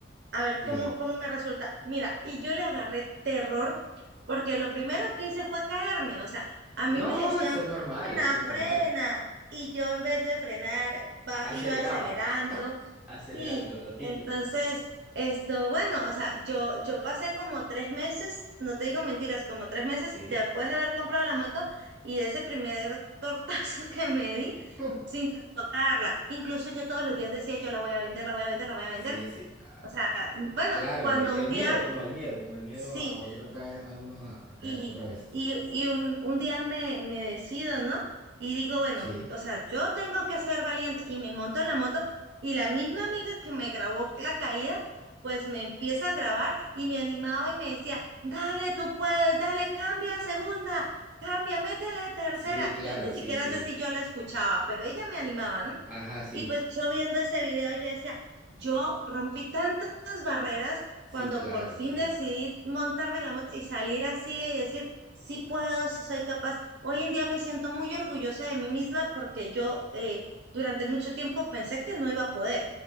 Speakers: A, on the right (about 60°); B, in the centre.
A: a ver
B: sí.
A: cómo, cómo me resulta. Mira, y yo le agarré terror porque lo primero que hice fue caerme. O sea, a
B: No,
A: mí me decían,
B: eso es normal,
A: frena,
B: eso es normal.
A: frena. Y yo en vez de frenar, va,
B: Aceleraba,
A: iba acelerando.
B: <laughs> acelerando,
A: Sí,
B: lo típico,
A: entonces, esto, bueno, o sea, yo, yo pasé como tres meses, no te digo mentiras, como tres meses
B: sí.
A: después de haber comprado la moto y de ese primer tortazo <laughs> que me di.
B: Hmm,
A: sin tocarla. Incluso yo todos los días decía, yo la voy a vender, la voy a vender, la voy a vender.
B: Sí, sí, ah,
A: O sea, bueno,
B: claro,
A: cuando
B: e-
A: un
B: el
A: día
B: miedo, como el miedo, como el miedo
A: sí,
B: a, volver otra vez, a uno a, a caerse
A: y,
B: otra vez.
A: y, y un, un día me, me decido, ¿no? Y digo, bueno,
B: Sí,
A: o sea, yo tengo que ser valiente y me monto en la moto y la misma amiga que me grabó la caída, pues me empieza a grabar y me animaba y me decía, dale, tú puedes, dale, cambia a segunda, cambia, métele tercera.
B: sí, claro,
A: Yo ni
B: sí,
A: siquiera
B: sí.
A: sé si yo la escuchaba, pero ella me animaba, ¿no?
B: Ajá, sí,
A: Y pues yo viendo ese video, yo decía, yo rompí tantas barreras
B: sí,
A: cuando
B: claro,
A: por fin
B: sí.
A: decidí montarme en la moto y salir así y decir, sí puedo, sí soy capaz. Hoy en día me siento muy orgullosa de mí misma porque yo eh, durante mucho tiempo pensé que no iba a poder.